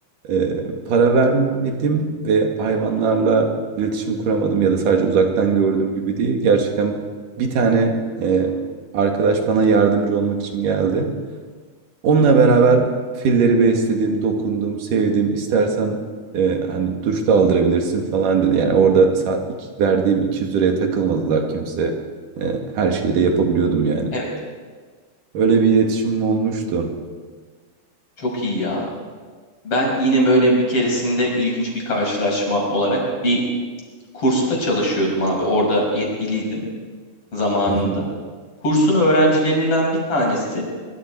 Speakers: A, on the right (about 85°); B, on the left (about 45°).
A: e, para vermedim ve hayvanlarla iletişim kuramadım ya da sadece uzaktan gördüm gibi değil. Gerçekten bir tane e, arkadaş bana yardımcı olmak için geldi. Onunla beraber filleri besledim, dokundum, sevdim. İstersen e, hani duş da aldırabilirsin falan dedi. Yani orada saat iki- verdiğim 200 liraya takılmadılar kimse. E, her şeyi de yapabiliyordum yani.
B: Evet.
A: Öyle bir iletişimim olmuştu.
B: Çok iyi ya. Ben yine böyle bir keresinde ilginç bir karşılaşma olarak bir kursta çalışıyordum abi. Orada yetkiliydim zamanında.
A: <laughs>
B: Kursun öğrencilerinden bir tanesi